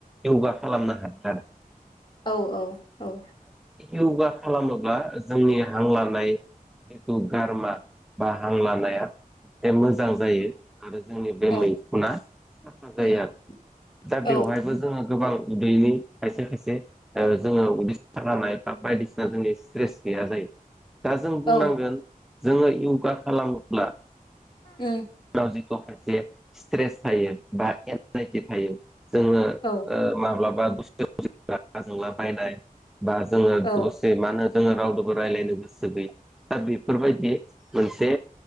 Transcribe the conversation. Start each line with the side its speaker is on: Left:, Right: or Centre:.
Centre: यगा खालामनो हायो आर
Left: औ औ औ
Centre: य'गा खालामोब्ला जोंनि हां लानाय जिथु गारमा बा हां लानाया ए मोजां जायो आरो जोंनि बे
Left: औ
Centre: मैखुना साफा
Left: उम
Centre: जायो आरो दा
Left: औ
Centre: बेवहायबो जोङो गोबां उदैनि खायसे खायसे ओ जोङो उदै सानाय बा बायदिसिना जोंनि स्ट्रेस गैया जायो दा जों
Left: औ
Centre: बुंनांगोन जोङो यगा खालामोब्ला
Left: ओ
Centre: जितु खायसे स्ट्रेस थायो बा एनजाइटि थायो जोङो
Left: औ
Centre: ओ माब्लाबा <inaudible> रागा जोंला बायनाय बा जोङो
Left: औ
Centre: दसे मा होनो जोङो रावदोबो रायलायनो गोसो गैया दा बे फोरबायदि मोनसे